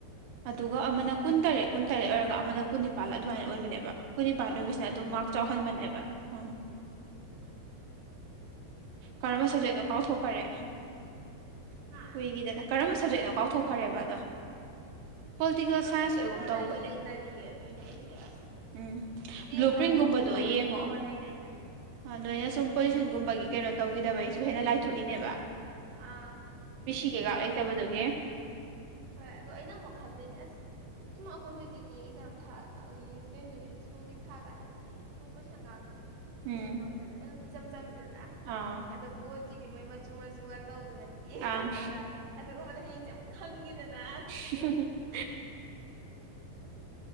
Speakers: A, on the right; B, on the right.
A: ꯑꯗꯨꯒ ꯑꯃꯅ ꯀꯨꯟ ꯇꯔꯦꯠ ꯀꯨꯟ ꯇꯔꯦꯠ ꯑꯣꯏꯔꯒ ꯑꯃꯅ ꯀꯨꯟ ꯅꯤꯄꯥꯜ ꯑꯗꯨꯃꯥꯏꯅ ꯑꯣꯏꯕꯅꯦꯕ ꯀꯨꯟꯅꯤꯄꯥꯟ
B: ꯑꯪ
A: ꯑꯣꯏꯕꯁꯤꯅ
B: ꯑꯗꯨꯃꯥꯏꯅꯗꯤ
A: ꯑꯗꯨꯝ ꯃꯥꯛ
B: ꯑꯣꯏ
A: ꯆꯥꯎꯍꯟꯕꯅꯦꯕ
B: ꯍꯥꯏꯕꯅꯦ
A: ꯑꯪ
B: ꯎꯝ
A: ꯀꯔꯝꯕ ꯁꯕꯖꯦꯛꯅꯣ ꯀꯥꯎꯊꯣꯛꯈ꯭ꯔꯦ
B: ꯍꯥ
A: ꯀꯨꯏꯒꯤꯗꯅ ꯀꯔꯝꯕ ꯁꯕꯖꯦꯛꯅꯣ ꯀꯥꯎꯊꯣꯛꯈ꯭ꯔꯦꯕ ꯑꯗꯣ ꯄꯣꯂꯤꯇꯤꯀꯦꯜ
B: ꯈꯪꯗꯦ
A: ꯁꯥꯏꯟꯁ
B: ꯑꯩꯁꯨ
A: ꯑꯣꯏꯒꯨꯝ
B: ꯐꯖꯅ
A: ꯇꯧꯕꯅꯦ
B: ꯌꯦꯡꯅꯔꯤꯌꯦ ꯑꯗꯨꯏꯅꯦ ꯑꯩꯁꯦ ꯑꯁ
A: ꯎꯝ
B: ꯇꯦꯟꯒꯥꯏꯅꯤ
A: ꯕ꯭ꯂꯨ ꯄ꯭ꯔꯤꯟꯒꯨꯝꯕꯗꯣ
B: ꯁꯨꯃꯥꯏꯅ
A: ꯌꯦꯡꯉꯣ
B: ꯑꯗꯨꯝ ꯇꯣꯛꯑ ꯂꯩꯔꯦ ꯑꯩꯅ
A: ꯅꯣꯏꯅ ꯁꯨꯝ ꯄꯣꯖꯤꯁꯟꯒꯨꯝꯕꯒꯤ ꯀꯩꯅꯣ ꯇꯧꯈꯤꯗꯕꯒꯤꯁꯨ ꯍꯦꯟꯅ ꯂꯥꯏꯊꯣꯛꯏꯅꯦꯕ
B: ꯑꯥ
A: ꯕꯤꯁꯤ ꯀꯩꯀꯥ ꯂꯩꯖꯕꯗꯨꯒꯤ
B: ꯍꯣꯏ ꯑꯗꯣ ꯑꯩꯅ ꯑꯃꯨꯛ ꯈꯜꯂꯤꯅꯦ ꯑꯁ ꯁꯨꯝ ꯑꯩꯈꯣꯏ ꯍꯧꯖꯤꯛꯀꯤ ꯑꯦꯛꯖꯥꯝ ꯊꯥ ꯀꯩꯅꯣ ꯁ꯭ꯀꯨꯜꯒꯤ ꯊꯥ ꯀꯥꯟꯗꯗꯤ ꯁꯨꯝ ꯀꯣꯏ ꯁꯪꯒꯥꯡꯗꯣ
A: ꯎꯝ
B: ꯀꯩꯅꯣ ꯇꯧꯋꯤꯗꯅ ꯏꯆꯝ ꯆꯝꯕꯤꯗꯅ
A: ꯑꯥ
B: ꯑꯗꯣ ꯕꯣꯠꯀꯤꯗꯤ ꯃꯣꯏ ꯃꯆꯨ ꯃꯆꯨꯒ ꯇꯧꯗꯅꯠꯇꯦꯗꯅ
A: ꯑꯪ
B: ꯑꯗꯨꯒꯨꯝꯕꯗ ꯍꯌꯦꯡꯁꯦ ꯑꯃꯨꯛꯪꯈꯤ ꯗꯅ
A: <inaudible> <inaudible>